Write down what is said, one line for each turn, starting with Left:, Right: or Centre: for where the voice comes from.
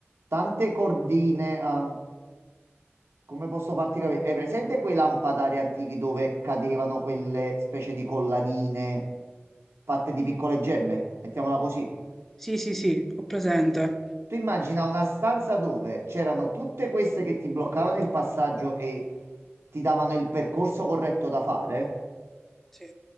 Right: tante cordine. ehm, come posso farti capire? È presente quei lampadari antichi dove cadevano quelle specie di collanine fatte di piccole gemme? Mettiamola così.
Centre: Sì, sì, sì, ho presente.
Right: Tu immagina una stanza dove c'erano tutte queste che ti bloccavano il passaggio e ti davano il percorso corretto da fare.
Centre: Sì.